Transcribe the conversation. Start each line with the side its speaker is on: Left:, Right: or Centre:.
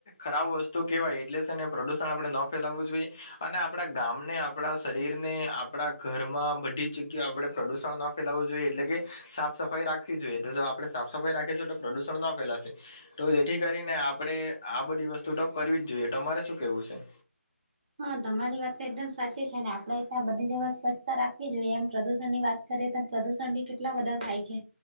Left: ખરાબ વસ્તુ કેહેવાય એટલે છે ને પ્રદુષણ આપણે નો ફેલાવું જોઈએ અને આપડા ગામને આપડા શરીરને આપડા ઘરમાં બધી જ જગ્યા આપડે પ્રદુષણ ના ફેલાવું જોઈએ એટલે કે સાફ સફાઈ રાખવી જોઈએ તો જો આપણેે સાફ સફાઈ રાખીશું તો પ્રદુષણ ના ફેલાશે. તો જેથી કરીને આપણેે આ બધી વસ્તુ તો કરવી જ જોઈએ તો અરે શું કેવું છે.
Right: હા તમારી વાત તો એકદમ સાચી છે આપડે ત્યાં બધી જગ્યા સ્વચ્છતા રાખવી જોઈએ એમ પ્રદૂષણ ની વાત કરીએ તો પ્રદૂષણ બી કેટલા બધા થાય છે.